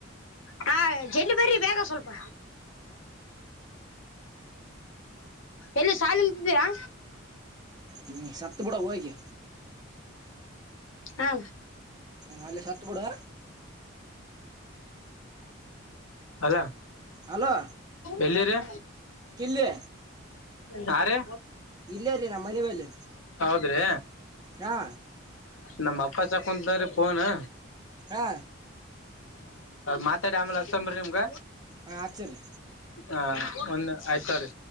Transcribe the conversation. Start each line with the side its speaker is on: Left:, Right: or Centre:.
Left: ಹಾ ಜಲ್ಲಿ ಬರ್ರಿ ಬೇಗ ಸ್ವಲ್ಪ ಎಲ್ಲಿ ಶಾಲಂತಿದ್ದೀರಾ.
Right: ಹ್ಮ್ ಸತ್ಬುಡ ಹೋಗಿ
Left: ಹಾ
Right: ಹ ಅಲ್ಲಿ ಸತ್ತಬುಡು
Left: ಅಲ
Right: ಹಲೋ
Left: ಎಲ್ಲಿರಿ
Right: ಕಿಲ್ಲಿ
Left: ಯಾರೆ
Right: ಇಲ್ಲೇ ರೀ ನಮ್ಮ್ ಮನಿಬಲ್ಲಿ
Left: ಅಂದ್ರೆ
Right: ಹಾ
Left: ನಮ್ಮ ಅಪ್ಪಾ ಚಾಕಂತ್ರೆ ಫೋನು.
Right: ಹಾ
Left: ಮಾತಾಡಿ ಆಮೇಲೆ ಹಸಂಬ್ರಿ ನಿಮ್ಗ
Right: ಹ ಆಚರಿ
Left: ಹಾ ಒಂದು ಆಯ್ತ ರಿ